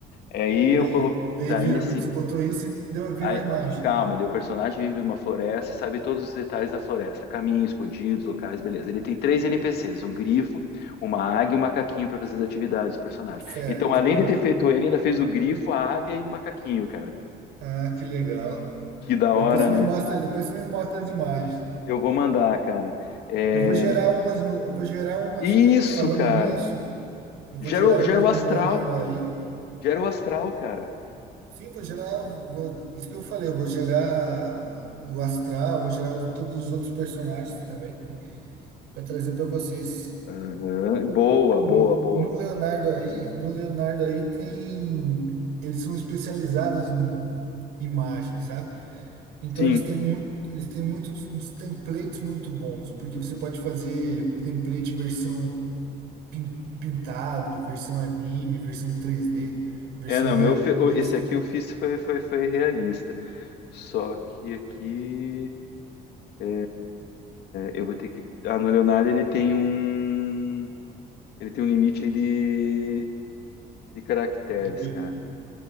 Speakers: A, on the left; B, on the right.
A: Aí
B: E
A: eu
B: daí?
A: coloquei.
B: Daí
A: Daí
B: virou,
A: assim,
B: você botou isso e deu, virou
A: Aí,
B: a imagem.
A: calma, daí o personagem vive numa floresta e sabe todos os detalhes da floresta, caminhos, escondidos, locais, beleza. Ele tem três NPCs, um grifo, uma águia e um macaquinho para fazer as atividades do personagem.
B: Certo,
A: Então, além
B: aham.
A: de ter feito ele, ainda fez o grifo, a águia e o macaquinho, cara.
B: Ah, que legal.
A: Que da
B: Depois
A: hora,
B: você me
A: né?
B: mostra, depois você me mostra as imagens.
A: Eu vou mandar, cara. É...
B: Eu vou gerar umas no, eu vou gerar umas,
A: Isso,
B: pra- falando
A: cara.
B: nisso, eu
A: Gera,
B: vou gerar
A: o-
B: umas
A: gera o
B: no
A: astral.
B: Leonardo aí.
A: Gera o astral, cara.
B: Sim, vou gerar, vou- isso que eu falei, eu vou gerar o Astral, vou gerar os- todos os outros personagens também, para trazer para vocês.
A: Aham. Boa, boa,
B: No,
A: boa.
B: no Leonardo aí, no Leonardo aí tem, eles são especializados em imagens, sabe? Então
A: Sim.
B: eles têm muito, eles têm muitos uns templates muito bons, porque você pode fazer template versão pin- pintado, versão anime, versão três d versão
A: É, não,
B: realista,
A: meu, fe- esse aqui eu fiz foi, foi, foi realista. Só que aqui é, eu vou ter que. Ah, no Leonardo ele tem um. Ele tem um limite aí de, de caracteres,
B: do quê?
A: cara.